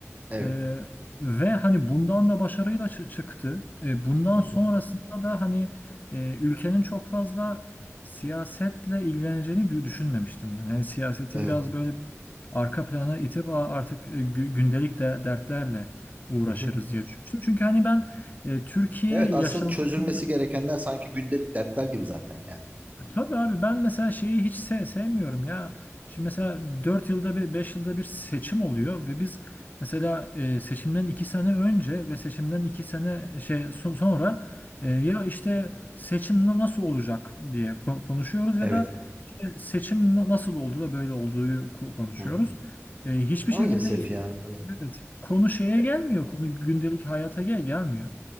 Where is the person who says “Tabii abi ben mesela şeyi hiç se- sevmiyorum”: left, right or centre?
Left